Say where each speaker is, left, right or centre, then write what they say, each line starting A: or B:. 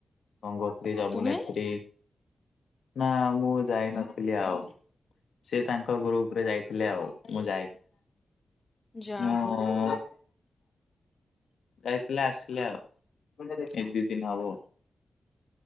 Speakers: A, on the left (about 80°); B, on the left (about 30°).
A: ଗଙ୍ଗୋତ୍ରୀ,
B: ଆଉ
A: ଯମୁନେତ୍ରୀ
B: ତୁମେ?
A: ନା, ମୁଁ ଯାଇନଥିଲି ଆଉ। ସେ ତାଙ୍କ ଗ୍ରୁପ୍ ରେ ଯାଇଥିଲେ ଆଉ ମୁଁ ଯାଇନି
B: ଯା
A: ମୁଁ
B: ହଉ
A: ଯାଇଥିଲେ ଆସିଲେ ଆଉ ଏ ଦିଇ ଦିନ ହବ।